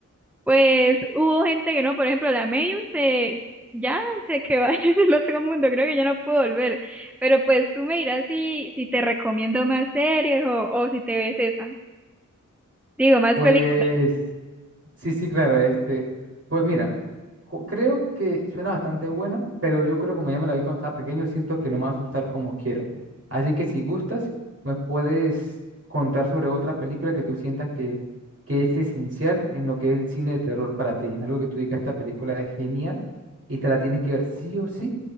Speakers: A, in the centre; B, on the right (about 50°).
A: pues hubo gente que no, por ejemplo, la medium se, ya se quedó allá <laughs> en el otro mundo, creo que ya no puedo volver. Pero pues tú me dirás si, si te recomiendo más series o, o si te ves esa. Digo, más
B: Pues.
A: películas.
B: Sí, sí, claro, este, pues mira, co- creo que suena bastante buena, pero yo creo como ya me la vi cuando estaba pequeño, siento que no me va a asustar como quiero. Así que si gustas, me puedes contar sobre otra película que tú sientas que, que es esencial en lo que es el cine de terror para ti. Algo que tú digas, esta película es genial y te la tienes que ver sí o sí